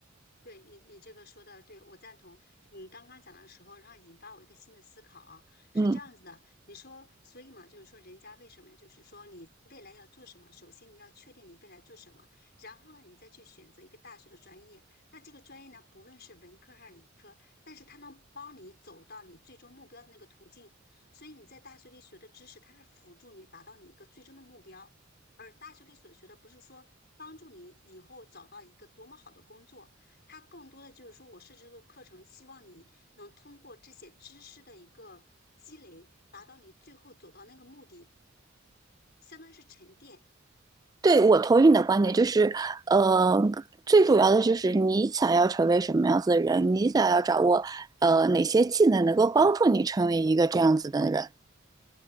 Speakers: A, on the left (about 55°); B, on the right (about 20°).
A: 对你，你这个说的对，我赞同。你刚刚讲的时候，然后引发我一个新的思考啊，是这样子的。
B: 嗯，
A: 你说，所以嘛，就是说，人家为什么就是说你未来要做什么，首先你要确定你未来做什么，然后呢，你再去选择一个大学的专业。那这个专业呢，不论是文科还是理科，但是它能帮你走到你最终目标的那个途径。所以你在大学里学的知识，它是辅助你达到你一个最终的目标，而大学里所学的不是说。帮助你以后找到一个多么好的工作，它更多的就是说我设置这个课程，希望你能通过这些知识的一个积累，达到你最后走到那个目的，相当于是沉淀。
B: 对，我同意你的观点，就是，呃，最主要的就是你想要成为什么样子的人，你想要掌握呃哪些技能能够帮助你成为一个这样子的人，